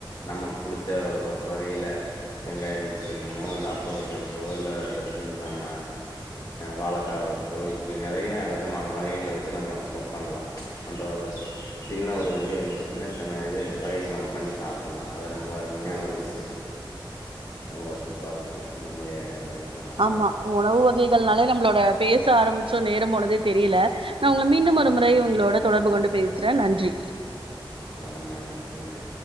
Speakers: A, on the left; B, on the right.
A: நமக்கு புடிச்ச வகையில வெங்காய பச்சி வேணுமோ இல்ல அப்பள பச்சோ இல்ல இந்தம்ம வாழைக்கா வச்சோ இப்படி நெறைய அத சுத்தமான வகைகள வச்சு நம்ம அப்பப் பண்ணலாம் அந்த ஒரு சின்ன ஒரு இதுலயே வந்து பார்த்தீங்கன்னா இத்தன இது வகைகள நம்ம பண்ணி சாப்பிடலாம் அது ரொம்ப அருமையான ஒரு விஷயம் ரொம்ப சூப்பர இருக்கும் நீங்க ரொம்ப நல்லா
B: ஆமா உணவு வகைகள்னாலே நம்மளோட பேச ஆரம்பிச்சோம் நேரம் போனதே தெரியல நான் உங்கள மீண்டும் ஒரு முறை உங்களோட தொடர்பு கொண்டு பேசுறேன் நன்றி
A: ம் ரொம்ப நன்றி நன்றி